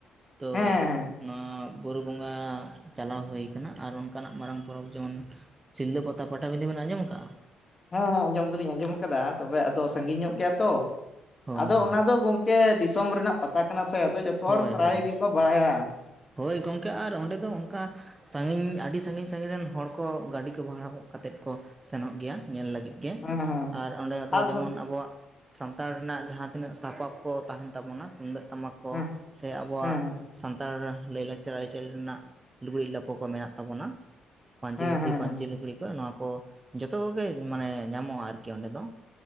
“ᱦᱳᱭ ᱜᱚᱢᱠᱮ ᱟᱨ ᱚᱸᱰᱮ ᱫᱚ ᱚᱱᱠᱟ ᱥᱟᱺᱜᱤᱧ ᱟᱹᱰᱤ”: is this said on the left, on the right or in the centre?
Right